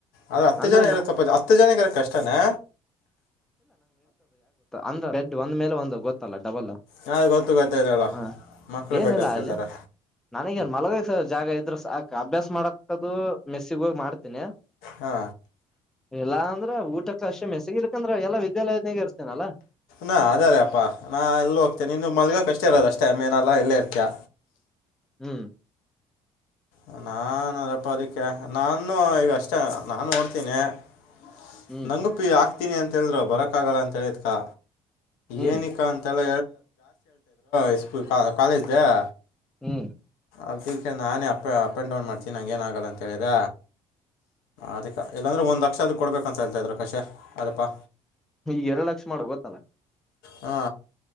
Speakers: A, on the left (about 60°); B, in the centre.
A: ಆದ್ರ ಹತ್ತು
B: ಅಂದ್ರೆ
A: ಜನ ಇರೋ ಸ್ವಲ್ಪ ಜಾಸ್ತಿ ಹತ್ತು ಜನ ಇರೋ ಕಷ್ಟನಾ
B: ಅಂದ್ರೆ ಬೆಡ್ ಒಂದ ಮೇಲೆ ಒಂದ್ ಗೊತ್ತಲ್ಲ ಡಬಲ್
A: ಹಾ ಗೊತ್ತು ಗೊತ್ತಾಯ್ತು ಹೇಳು
B: ಹಾ
A: ಮಕ್ಕಳು
B: ಏನಿಲ್ಲ
A: ಬೆಡ್ ಹತ್ಕೊಳ್ತಾರೆ
B: ಅಲ್ಲಿ ನನಗೆ ಮಲಗಿ ಜಾಗ ಇದ್ರ ಸಾಕ ಅಭ್ಯಾಸ ಮಾಡಕ್ತದು ಮೆಸ್ಸಿಗ ಹೋಗಿ ಮಾಡ್ತೀನಿ
A: ಹಾ
B: ಇಲ್ಲ ಅಂದ್ರೆ ಊಟಕ್ಕೆ ಅಷ್ಟೆ ಮೆಸಗಿ ಇರ್ಕಂದ್ರ ಎಲ್ಲಾ ವಿದ್ಯಾಲಯದನಾಗ ಇರ್ತೇನಲ್ಲಾ
A: ಹಾ ಅದೇ ರೇಪ್ಪಾ ನಾ ಎಲ್ಲ ಹೋಗ್ತೇನೆ ನೀನು ಮಲ್ಗಕ್ಷ್ಟೇ ಇರೋದ ಅಷ್ಟೇ ಏನಲ್ಲಾ ಎಲ್ಲೇ ಇರ್ತೀಯ
B: ಹ್ಮ್
A: ನನ್ ನಾ.... ಅಲ್ಲ ಅಪ್ಪ ಅದಕ್ಕೆ ನಾನು ಈಗ ಅಷ್ಟೇ ನಾನು ಓಡ್ <inaudible>
B: ಹ್ಮ್
A: ನಂಗು ಪಿ ಆಕ್ ಬರ್ತೀನಿ ಅಂತ ಹೇಳಿದ್ರು ಬರೋಕ್ಕಾಗಲ್ಲ ಅಂತ ಹೇಳಿದ್ಕಾ
B: ಹ್ಮ್
A: ಏನಿಕಾ ಅಂತಲ್ಲ <inaudible>
B: ಹ್ಮ್
A: ಅದಿಕ್ಕೆ ನಾನೇ ಅಪ್ ಅಂಡ್ ಡೌನ್ ಮಾಡ್ತೀನಿ ಏನ್ ಹಂಗೇನ್ ಆಗಲ್ಲ ಕೆಳದ ಅದಕ್ಕೆ ಇಲ್ಲಾಂದ್ರೆ ಒಂದ್ ಲಕ್ಷ ಅದಕ್ಕೆ ಕೊಡ್ಬೇಕಂತ ಇರ್ತ ಇದ್ರೆ ಕಷೆ ಅದಪ್ಪಾ
B: ಈ ಎರಡ್ ಲಕ್ಷ ಮಾಡೋ ಗೊತ್ತಲ್ಲ
A: ಹಾ...